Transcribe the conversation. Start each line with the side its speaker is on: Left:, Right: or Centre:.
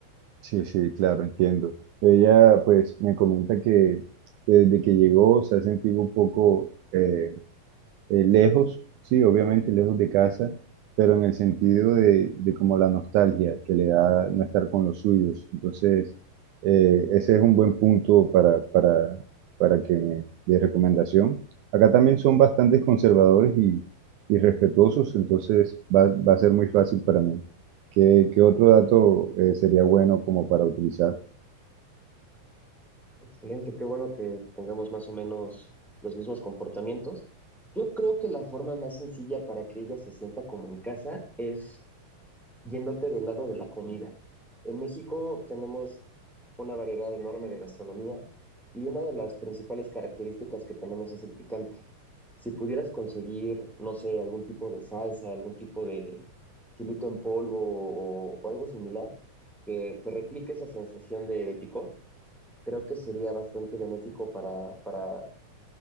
Right: Sí, sí, claro, entiendo. Ella pues me comenta que desde que llegó se ha sentido un poco... eh, eh, lejos, sí, obviamente lejos de casa, pero en el sentido de, de como la nostalgia que le da no estar con los suyos. Entonces, eh, ese es un buen punto para, para, para que me- de recomendación. Acá también son bastante conservadores y, y respetuosos, entonces va, va a ser muy fácil para mí. ¿Qué, qué otro dato eh, sería bueno como para utilizar?
Centre: Excelente, qué bueno que tengamos más o menos los mismos comportamientos. Yo creo que la forma más sencilla para que ella se sienta como en casa es yéndote del lado de la comida. En México tenemos una variedad enorme de gastronomía y una de las principales características que tenemos es el picante. Si pudieras conseguir, no sé, algún tipo de salsa, algún tipo de chilito en polvo o, o algo similar que, que replique esa sensación de, de picor, creo que sería bastante benéfico para, para